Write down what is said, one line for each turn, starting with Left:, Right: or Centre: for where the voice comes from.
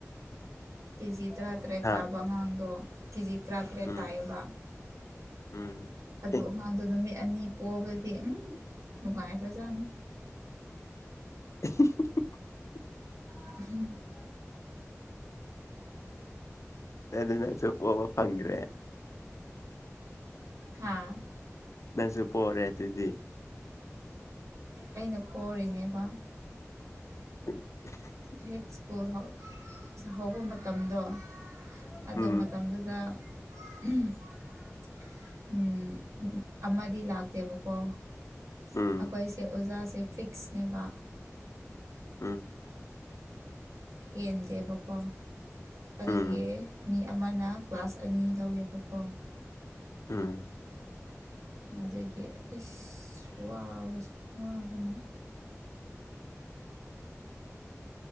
Right: ꯀꯦꯖꯤ ꯇꯔꯥꯇꯔꯦꯠ
Left: ꯍꯥ
Right: ꯇꯥꯕ ꯑꯉꯥꯡꯗꯣ ꯀꯦꯖꯤ ꯇꯔꯥꯇꯔꯦꯠ
Left: ꯎꯝ
Right: ꯇꯥꯏꯌꯦꯕ
Left: ꯎꯝ
Right: ꯑꯗꯨ
Left: ꯑꯦ
Right: ꯑꯉꯥꯡꯗꯣ ꯅꯨꯃꯤꯠ ꯑꯅꯤ ꯄꯣꯕꯗꯤ ꯎꯝ ꯅꯨꯡꯉꯥꯏꯒ꯭ꯔꯖꯥꯠꯅꯤ
Left: <unintelligible>
Right: <unintelligible>
Left: ꯑꯗꯨ ꯅꯪꯁꯨ ꯄꯣꯕ ꯐꯪꯒ꯭ꯔꯦ
Right: ꯍꯥꯥ
Left: ꯅꯪꯁꯨ ꯄꯣꯔꯦ ꯑꯗꯨꯗꯤ
Right: ꯑꯩꯅ ꯄꯣꯔꯤꯅꯦꯕ
Left: <inaudible>
Right: ꯍꯦꯛ ꯁ꯭ꯀꯨꯜ ꯍꯧ ꯑꯁ ꯍꯧꯕ ꯃꯇꯝꯗꯣ ꯑꯗꯨ
Left: ꯎꯝ
Right: ꯃꯇꯝꯗꯨꯗ ꯑꯍꯝ ꯎꯝ ꯑꯃꯗꯤ ꯂꯥꯛꯇꯦꯕꯀꯣ
Left: ꯎꯝ
Right: ꯑꯩꯈꯣꯏꯁꯦ ꯑꯣꯖꯥꯁꯦ ꯐꯤꯛꯁꯅꯦꯕ
Left: ꯑꯝ
Right: ꯍꯦꯟꯗꯦꯕꯀꯣ ꯑꯗꯨꯒꯤ
Left: ꯎꯝ
Right: ꯃꯤ ꯑꯃꯅ ꯀ꯭ꯂꯥꯁ ꯑꯅꯤ ꯂꯧꯋꯦꯕꯀꯣ
Left: ꯎꯝ
Right: ꯑꯗꯨꯒꯤ ꯏꯁ ꯋꯥꯕꯖ ꯋꯥꯕꯅ